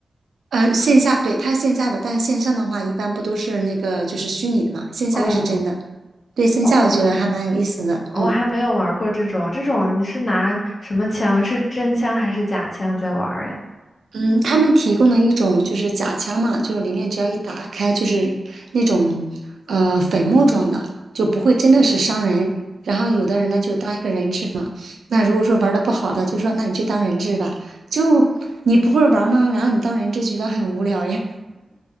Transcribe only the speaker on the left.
嗯，
哦，我还没有玩过这种，
这种你是拿什么枪？是真枪还是假枪在玩儿呀？